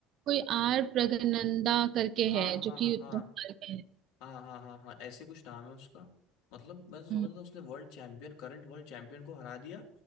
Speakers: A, on the right; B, on the left.
A: कोई आर प्रगनंदा करके
B: हाँ
A: है
B: हाँ
A: जो कि
B: हाँ
A: दस साल का है
B: हाँ हाँ हाँ हाँ ऐसे कुछ नाम है उसका मतलब मैं तो सोच
A: हम्म,
B: रहा था उसने world champion current world champion को हरा दिया